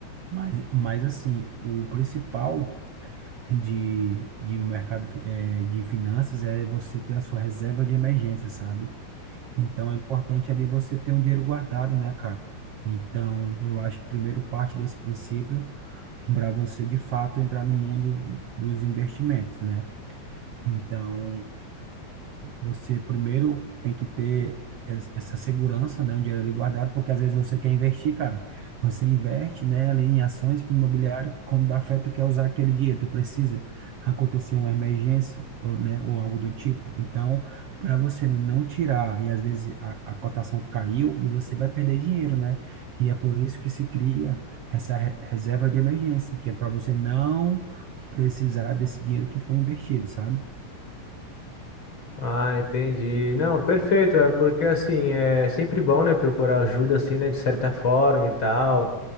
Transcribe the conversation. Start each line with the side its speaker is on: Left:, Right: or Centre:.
Right: Mas, mas assim, o principal de, de mercado eh, de finanças é você ter a sua reserva de emergência, sabe? Então é importante ali você ter um dinheiro guardado, né, cara? Então, eu acho que primeiro parte desse princípio para você de fato entrar no mundo dos investimentos, né? Então, você primeiro tem que ter es- essa segurança, né, um dinheiro ali guardado, porque às vezes você quer investir, cara, você investe, né, ali em ações, fundo imobiliário, quando dá fé, tu quer usar aquele dinheiro, tu precisa acontecer uma emergência, ou, né, ou algo do tipo. Então, para você não tirar, e às vezes a, a cotação caiu e você vai perder dinheiro, né? E é por isso que se cria essa re- reserva de emergência, que é para você não precisar desse dinheiro que foi investido, sabe?
Left: Ah, entendi. Não, perfeito. É porque assim, é sempre bom, né, procurar ajuda assim, né, de certa forma e tal.